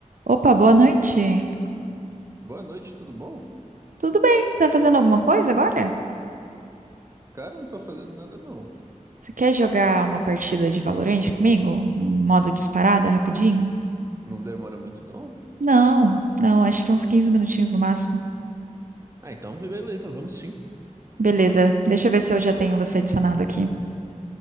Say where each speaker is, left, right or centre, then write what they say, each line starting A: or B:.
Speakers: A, on the right; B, on the right.
A: Opa, boa noite.
B: Boa noite, tudo bom?
A: Tudo bem? Tá fazendo alguma coisa agora?
B: Cara, não tô fazendo nada não.
A: Você quer jogar uma partida de Valorant comigo? Em Modo disparada, rapidinho?
B: Não demora muito não?
A: Não, não, acho que uns 15 minutinhos no máximo.
B: Ah, então beleza, vamos sim.
A: Beleza, deixa eu ver se eu já tenho você adicionado aqui.